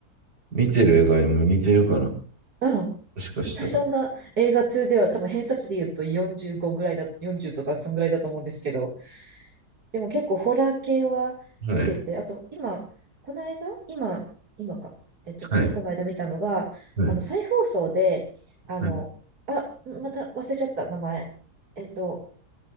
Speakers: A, on the right (about 85°); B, on the right (about 70°).
A: 見てる映画にも似てるかな。
B: うん私そんな映画2では多分偏差値で言うと45ぐらいだ、
A: もしかしたら。
B: 40とかそんぐらいだと思うんですけど、でも結構ホラー系は見てて、
A: はい。
B: あと今、この間、今、今か、えっと、ついこの間見たのが、
A: はい。はい。
B: あの、再放送で、あの、
A: はい。
B: あ、また忘れちゃった名前。えっと、